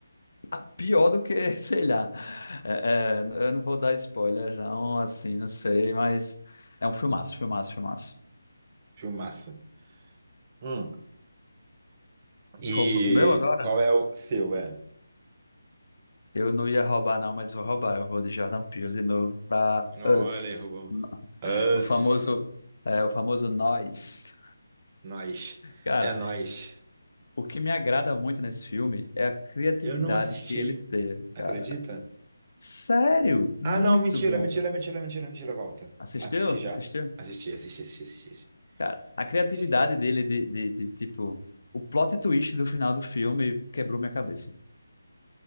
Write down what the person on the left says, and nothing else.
ah, pior do que, <laughs> sei lá. É, é, eu não vou dar spoilers, não, assim, não sei, mas é um filmaço, filmaço, filmaço.
Roupa pro meu agora?
Eu não ia roubar, não, mas vou roubar. Eu vou de Jordan Peele de novo pra
Us.
O famoso, é, o famoso nós.
<laughs> Cara,
o que me agrada muito nesse filme é a criatividade
que ele teve,
cara. Sério, muito
bom.
Assistiu?
Assistiu?
Cara, a criatividade
dele de, de, de, tipo, o plot twist do final do filme quebrou minha cabeça.